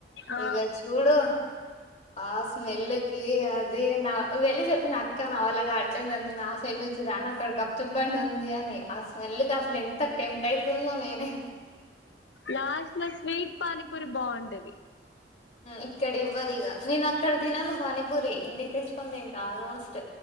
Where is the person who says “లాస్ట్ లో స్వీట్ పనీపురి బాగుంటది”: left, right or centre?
Left